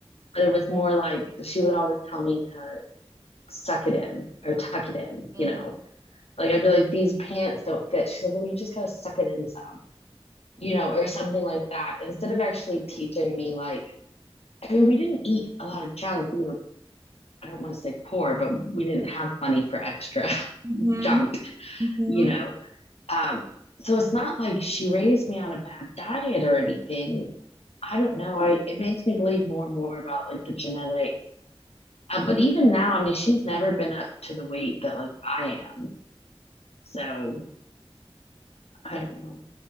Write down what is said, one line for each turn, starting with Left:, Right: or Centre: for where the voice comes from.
Left: but it was more like she would always tell me to suck it in or tuck it in,
Right: Mm-hmm.
Left: you know, Like I'd be like, these pants don't fit. She's like, well, you just gotta suck it in some, you know, or something like that. Instead of actually teaching me, like, I mean, we didn't eat a lot of junk. We were, I don't want to say poor, but we didn't have money for extra
Right: hmm
Left: <laughs> junk,
Right: hmm
Left: you know. Um, so it's not like she raised me on a bad diet or anything. I don't know. I it makes me believe more and more about like the genetics. Uh, but even now, I mean, she's never been up to the weight that like I am. So I don't know.